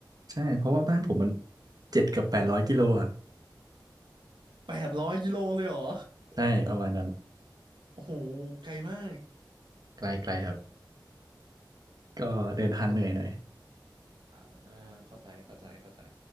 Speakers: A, on the right; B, on the right.
A: ใช่ เพราะว่าบ้านผมมันเจ็ดกับแปดร้อยกิโลอ่ะ
B: แปดร้อยกิโลเลยเหรอ
A: ใช่ประมาณนั้น
B: โอ้โหไกลมาก
A: ไกลๆครับ ก็เดินทางเหนื่อยหน่อย
B: เขาอ่าเข้าใจเข้าใจเข้าใจ